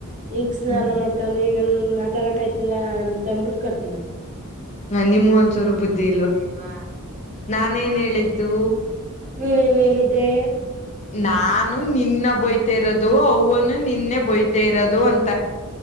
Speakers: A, on the right (about 35°); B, on the left (about 30°).
A: ಈಗ್ ಸ್ನಾನ
B: ಹ್ಮ್
A: ಮಾಡ್ತವ್ನಿ ನನ್ ಮಾತಾಡಕ್ ಆಯ್ತಿಲ್ಲ ಅಂತಂದಬಿಟ್ಟ ಕಟ್ ಮಾಡ್ದ ಹ್ಮ
B: ನಿಮ್ಗ
A: ನ
B: ಒಂಚೂರು
A: ನಿ <inaudible> ಮೂವತ್
B: ಬುದ್ಧಿ
A: ಸೂರು ಬುದ್ದಿ ಇಲ್ವಾ
B: ನಾನೇನ್
A: ನಾನನ್.
B: ಹೇಳಿದ್ದು
A: ನೀನೇನ್ ಹೇಳಿದ್ದೆ
B: ನಾನು ನಿನ್ನ ಬಯ್ತಾ ಇರೋದು ಅವನು ನಿನ್ನೆ ಬಯ್ತಾ ಇರೋದು ಅಂತ.